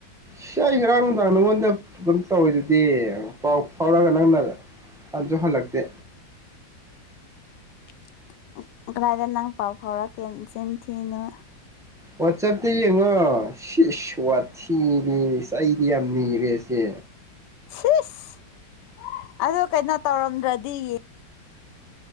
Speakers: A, in the centre; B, on the left.
A: ꯁꯤꯌ ꯉꯥꯔꯡ ꯅꯨꯡꯗꯥꯡ ꯅꯉꯣꯟꯗ ꯑꯗꯨꯝ ꯇꯧꯔꯤꯗꯨꯗꯤ꯫ ꯄꯥꯎ ꯐꯥꯎꯔꯒ ꯅꯪꯅ ꯍꯟꯁꯨ ꯍꯜꯂꯛꯇꯦ꯫
B: <inaudible> ꯀꯗꯥꯏꯗ ꯅꯪ ꯄꯥꯎ ꯐꯥꯎꯔꯛꯀꯦ ꯅꯆꯤꯟ ꯊꯤꯅꯨ꯫
A: ꯋꯥꯠꯆꯞꯇ ꯌꯦꯡꯉꯣ ꯁꯤꯁ ꯋꯥꯊꯤꯗꯤ꯫ ꯆꯩꯗꯤ ꯌꯥꯝ ꯅꯤꯔꯦꯁꯦ꯫
B: ꯁꯤꯁ ꯑꯗꯨ ꯀꯩꯅꯣ ꯇꯧꯔꯝꯗ꯭ꯔꯗꯤ ꯌꯦꯡ